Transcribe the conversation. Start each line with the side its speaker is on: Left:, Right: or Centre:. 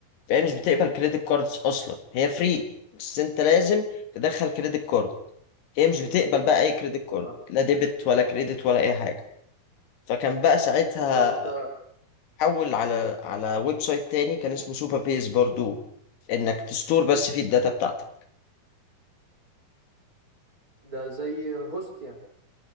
Left: فهي مش بتقبل كريدت كاردز اصلا هي فري بس انت لازم تدخل كريدت كارد هي مش بتقبل بقى اي كريدت كارد
Right: فاهم
Left: لا ديبت ولا كريدت ولا اي حاجة فكان بقى ساعتها
Right: هو انت
Left: حول على على ويب سايت تاني كان اسمه سوبر بيس برضو انك تستور بس فيه الداتا بتاعتك
Right: آه. ده زي هوست يعني